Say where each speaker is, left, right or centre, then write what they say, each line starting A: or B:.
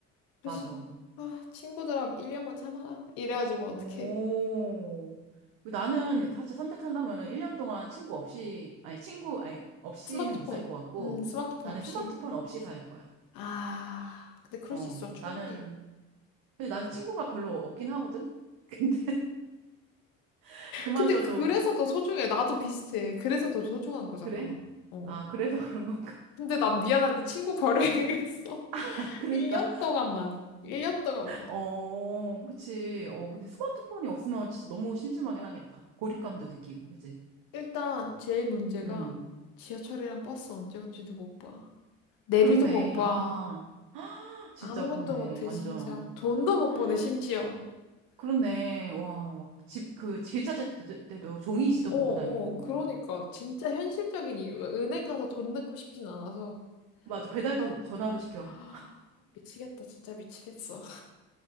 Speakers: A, on the left (about 60°); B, on the right (about 60°).
A: 그래서,
B: 맞아.
A: 아, 친구들아, 1년만 참아라. 이래야지 뭐, 어떡해.
B: 오. 나는 사실 선택한다면은 1년 동안 친구 없이, 아니, 친구, 아니, 없이는
A: 스마트폰,
B: 못 살 것 같고,
A: 음, 스마트폰
B: 나는
A: 없이.
B: 스마트폰 없이 살 거야.
A: 아, 근데 그럴
B: 어,
A: 수 있어, 충분히.
B: 나는 근데 나는 친구가 별로 없긴 하거든? 근데 <laughs> 그마저도
A: 근데 그래서 더 소중해. 나도 비슷해. 그래서 더 소중한 거잖아.
B: 그래?
A: 어.
B: 아, 그래서 그런 건가?
A: 근데 난 미안한데 친구 버려야겠어. <laughs>
B: <laughs> 그러니까,
A: 1년 동안만. 일 년 동안만.
B: 어, 그치. 어, 근데 스마트폰이 없으면 진짜 너무 심심하긴 하겠다. 고립감도 느끼고, 그치?
A: 일단 제일 문제가
B: 음.
A: 지하철이랑 버스 언제 온지도 못 봐. 내비도
B: 그렇네.
A: 못 봐.
B: 아, 진짜
A: 아무것도
B: 그렇네.
A: 못해,
B: 완전.
A: 진짜. 돈도 못
B: <gasps>
A: 보내, 심지어.
B: 그렇네. 와, 막 집, 그, 길찾을 때도 때도 종이 시도
A: 어,
B: 보고
A: 어,
B: 다니고.
A: 그러니까. 진짜 현실적인 이유. 은행 가서 돈 넣고 싶진 않아서.
B: 맞아. 배달도
A: 그래서 난,
B: 전화로 시켜.
A: 아, 미치겠다, 진짜 미치겠어.